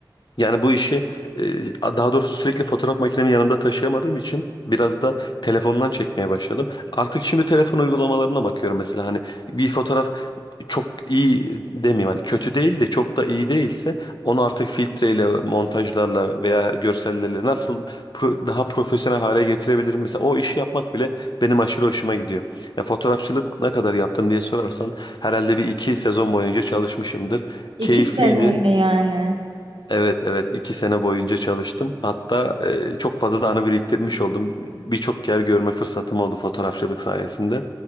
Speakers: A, on the left (about 60°); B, on the right (about 85°).
A: yani bu işi e, daha doğrusu sürekli fotoğraf makinemi yanımda taşıyamadığım için biraz da telefondan çekmeye başladım. Artık şimdi telefon uygulamalarına bakıyorum mesela hani bir fotoğraf çok iyi demeyeyim hani kötü değil de çok da iyi değilse onu artık filtreyle, montajlarla veya görsellerle nasıl pro- daha profesyonel hale getirebilirim? Mesela o işi yapmak bile benim aşırı hoşuma gidiyor. Ya fotoğrafçılık ne kadar yaptım diye sorarsan herhalde bir iki sezon boyunca çalışmışımdır.
B: İki
A: Keyifliydi.
B: sene mi yani?
A: Evet evet iki sene boyunca çalıştım. Hatta e, çok fazla da anı biriktirmiş oldum. Birçok yer görme fırsatım oldu fotoğrafçılık sayesinde.